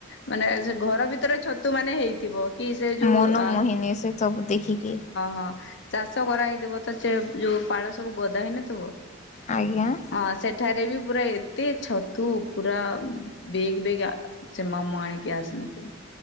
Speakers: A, on the left; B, on the left.
A: ମାନେ ସେ ଘର ବି ତୋର ଛତୁ ମାନେ ହେଇଥିବ କି ସେ ଯୋଉ
B: ମନ
A: ହଁ
B: ମୋହିନି ସେ ସବୁ ଦେଖିକି
A: ହଁ। ଚାଷ କରାହେଇଥିବ ତ ସେ ଯେଉଁ ପାଳ ସବୁ ଗଦା ହେଇନଥିବ।
B: ଆଜ୍ଞା।
A: ହଁ ସେଠାରେ ବି ପୁରା ଏତେ ଛତୁ ପୁରା ବେଗ୍ ବେଗ୍ ଆ ସେ ମାମୁ ଆଣିକି ଆସନ୍ତି।